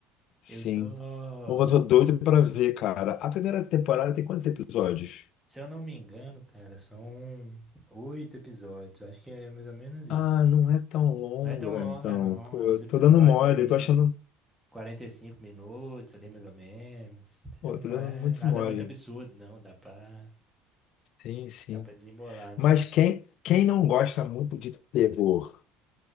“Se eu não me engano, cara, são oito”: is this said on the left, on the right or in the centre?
Centre